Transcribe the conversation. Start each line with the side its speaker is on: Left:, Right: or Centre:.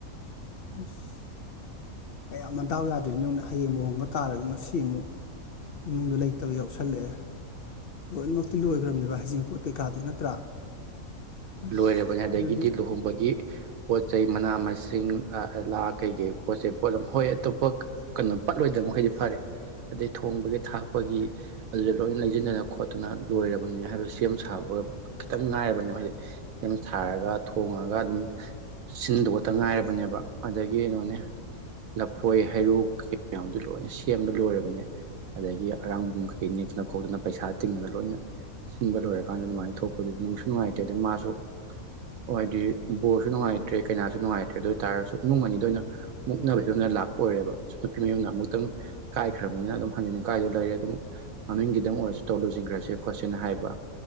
Left: ꯑꯁ ꯀꯌꯥꯝ ꯑꯗꯥꯎ ꯌꯥꯗ꯭ꯔꯤꯅꯣꯅ ꯍꯌꯦꯡ ꯂꯨꯍꯣꯡꯕ ꯇꯥꯔꯒ ꯉꯁꯤ ꯑꯃꯨꯛ ꯏꯃꯨꯡꯗꯣ ꯂꯩꯇꯕ ꯌꯥꯎꯁꯜꯂꯛꯑꯦ ꯂꯣꯏꯅꯃꯛꯇꯤ ꯂꯣꯏꯈ꯭ꯔꯕꯅꯦꯕ ꯍꯌꯦꯖꯤꯡ ꯄꯣꯠ ꯀꯩꯀꯥꯗꯤ ꯅꯠꯇ꯭ꯔꯥ ꯑꯁ
Right: ꯂꯣꯏꯔꯕꯅꯦ ꯑꯗꯒꯤꯗꯤ
Left: ꯑꯗꯨꯗꯤ
Right: ꯂꯨꯍꯣꯡꯕꯒꯤ ꯄꯣꯠ ꯆꯩ ꯃꯅꯥ ꯃꯁꯤꯡ ꯆꯤꯡꯂꯥ ꯀꯩꯀꯩ ꯄꯣꯠ ꯆꯩ ꯄꯣꯠꯂꯝ ꯍꯣꯏ ꯑꯇꯣꯞꯄ ꯀꯩꯅꯣ ꯄꯠꯂꯣꯏꯗꯕ ꯃꯈꯩꯗꯤ ꯐꯔꯦ ꯑꯗꯩ ꯊꯣꯡꯕꯒꯤ ꯊꯥꯛꯄꯒꯤ ꯑꯗꯨꯗ ꯂꯣꯏꯅ ꯂꯩꯁꯤꯟꯗꯅ ꯈꯣꯠꯇꯅ ꯂꯣꯏꯔꯕꯅꯤ ꯍꯥꯏꯕ ꯁꯦꯝ ꯁꯥꯕꯒ ꯈꯤꯇꯪ ꯉꯥꯏꯔꯕꯅꯦ ꯍꯥꯏꯗꯤ ꯁꯦꯝ ꯁꯥꯥꯔꯒ ꯊꯣꯡꯉꯒ ꯑꯗꯨꯝ ꯁꯤꯟꯗꯣꯛꯧꯕꯇ ꯉꯥꯏꯔꯕꯅꯦꯕ ꯑꯗꯒꯤ ꯀꯩꯅꯣꯅꯦ ꯂꯐꯣꯏ ꯍꯩꯔꯣꯛ ꯀꯩꯀꯌꯥꯝꯗꯨ ꯂꯣꯏꯅ ꯁꯦꯝꯕ ꯂꯣꯏꯔꯕꯅꯦ ꯑꯗꯒꯤ ꯑꯔꯥꯡꯕ ꯀꯩꯀꯩ ꯅꯦꯛꯇꯅ ꯈꯣꯠꯇꯅ ꯄꯩꯁꯥ ꯇꯤꯡꯗꯅ ꯂꯣꯏꯅ ꯁꯤꯟꯕ ꯂꯣꯏꯔꯀꯥꯟꯗ ꯑꯗꯨꯃꯥꯏꯅ ꯊꯣꯛꯄꯗꯨ ꯅꯨꯡꯁꯨ ꯅꯨꯡꯉꯥꯏꯇ ꯑꯗ ꯃꯥꯁꯨ ꯍꯥꯏꯗꯤ ꯕꯣꯔꯁꯨ ꯅꯨꯡꯉꯥꯏꯇ꯭ꯔꯦ ꯀꯩꯅꯥꯁꯨ ꯅꯨꯡꯉꯥꯏꯇ꯭ꯔꯦ ꯑꯗꯨ ꯑꯣꯏꯇꯥꯥꯔꯒꯁꯨ ꯏꯃꯨꯡ ꯑꯅꯤꯗ ꯑꯣꯏꯅ ꯃꯨꯛꯅꯕ ꯐꯤꯕꯝꯗ ꯂꯥꯛꯄ ꯑꯣꯏꯔꯦꯕ ꯅꯨꯄꯤ ꯃꯌꯨꯝꯅ ꯑꯃꯨꯛꯇꯪ ꯀꯥꯏꯈ꯭ꯔꯕꯅꯤꯅ ꯑꯗꯨꯝ ꯍꯟꯖꯤꯟꯟꯅ ꯀꯥꯏꯗꯨ ꯂꯩꯔꯦ ꯑꯗꯨꯝ ꯃꯃꯤꯡꯒꯤꯗꯪ ꯑꯣꯏꯔꯁꯨ ꯇꯧꯔ ꯂꯨꯁꯤꯤꯡꯈ꯭ꯔꯁꯦ ꯈꯣꯠꯁꯦꯅ ꯍꯥꯏꯕ